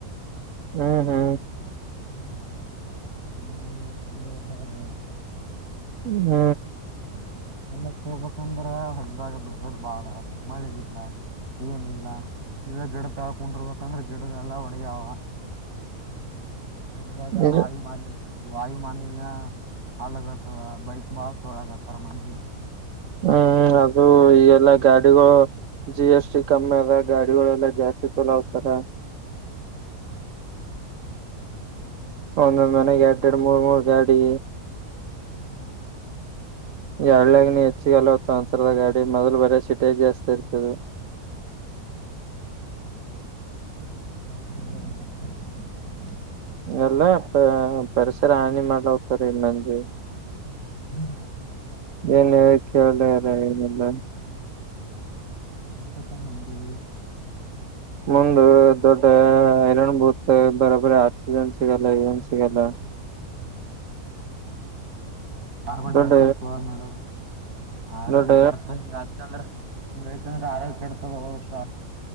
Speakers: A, on the right; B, on the right.
A: ಹ್ಮ್ ಹ್ಮ್
B: ಹ್ಮತ <unintelligible>
A: ಹ್ಮ್
B: ಎಲ್ಲಕ್ಕ ಹೋಗ್ಬೇಕಂದ್ರ ಹದ್ದಾಗ ಬಡಲ್ ಬಾಳ ಮಳೆ ಇಲ್ಲ ಏನಿಲ್ಲ ಇವಾಗ ಗಿಡ ತಾಳ್ಕೊಂಡಿರ್ಬೇಕಂದ್ರೆ ಗಿಡ ಎಲ್ಲ ಒಣಗಾವ ಅದ್ರಾಗ
A: ಈಗ
B: ವಾಯು ಮಾಲಿನ್ಯ ವಾಯು ಮಾಲಿನ್ಯ ಅಲಗತದ ಬೈಕ್ ಬಾಳ ತೋಳಗತಾರ ಮಂದಿ
A: ಹ್ಮ್ ಅದು ಈಗೆಲ್ಲಾ ಗಾಡಿಗಳು ಜಿ ಎಸ್ ಟಿ ಕಮ್ಮಿ ಅದ ಗಾಡಿಗಳೆಲ್ಲಾ ಜಾಸ್ತಿ ಚಲೋ ಹೋಗ್ತಾರ
B: ಹ್ಮ್ ಮತ್ತೆ <inaudible>
A: ಒಂದೊಂದ್ ಮನೆಗೆ ಎಡ್ ದಡ್ ಮೂರ್ ಮೂರ್ ಗಾಡಿ
B: ಹ್ಮ್ <inaudible>
A: ಎರಳ್ಳಗ ನೀ <unintelligible> ಹೆಚ್ಚಗಲವತ್ತು ಒಸರದ ಗಾಡಿ ಮೊದ್ಲು ಬರ ಶೀಟೇಜ್ ಜಾಸ್ತಿ ಇರ್ತದು
B: ಹ್ಮ ಬತ ಇತ <unintelligible>
A: ಎಲ್ಲ ಪರಿಸರ ಹಾನಿ ಮಾಡ್ಲೋಗ್ತಾರ ಮಂದಿ
B: ಹ್ಮ್ <inaudible>
A: ಏನ್ ಹೇಳಕ್ಕೆ ಒಳ್ಳಲ್ಲ ಏನೆಲ್ಲ <unintelligible>
B: ಕ್ಕೆ ತಟ <unintelligible>
A: ಮುಂದು ದೊಡ್ಡ ಕ ಬೂತ ಬರರಿ ಆಕ್ಸಿಜನ್ ಸಿಗಲ್ಲ ಏನ್ ಸಿಗಲ್ಲ
B: ಹ್ಮ್ <inaudible> ಕಾರ್ಬನ್
A: ದೊಡ್ಡ
B: ಡೈಆಕ್ಸೈಡ್ ಸವಾಲ್ ಮಾಡ ಆರೋಗ್ಯ
A: ದೊಡ್ಡ
B: ಕಡತ ಹಿಂಗ ಆಗ್ತಂದ್ರ ಹಂಗೈತಂದ್ರೆ ಆರೋಗ್ಯ ಕೆಡತದ ಅವ ವರ್ಷ